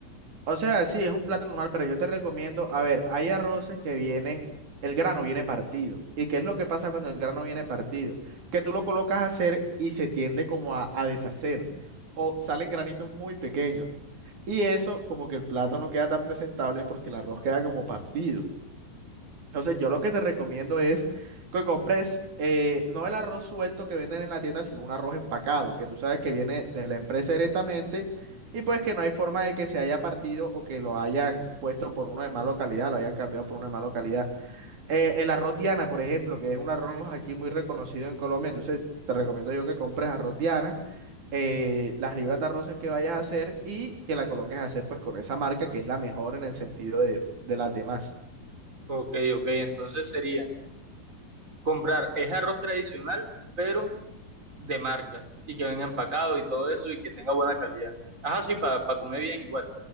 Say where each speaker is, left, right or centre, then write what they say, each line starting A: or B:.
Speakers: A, on the right; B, on the right.
A: O sea, sí, es un plato normal, pero yo te recomiendo, a ver, hay arroces que vienen, el grano viene partido. ¿Y qué es lo que pasa cuando el grano viene partido? Que tú lo colocas a hacer y se tiende como a, a deshacer o salen granitos muy pequeños. Y eso como que el plato no queda tan presentable porque el arroz queda como partido. Entonces, yo lo que te recomiendo es que compres eh, no el arroz suelto que venden en la tienda, sino un arroz empacado, que tú sabes que viene de la empresa directamente y pues que no hay forma de que se haya partido o que lo hayan puesto por uno de mala calidad, lo hayan cambiado por uno de mala calidad.
B: Mm.
A: Eh, el arroz Diana, por ejemplo, que es un arroz aquí muy reconocido en Colombia, entonces te recomiendo yo que compres arroz Diana, eh, las libras de arroces que vayas a hacer y que la coloques a hacer pues con esa marca que es la mejor en el sentido de, de las demás.
B: Ok, ok, entonces sería comprar, es arroz tradicional, pero de marca y que venga empacado y todo eso y que tenga buena calidad. Ajá, sí, para comer bien igual.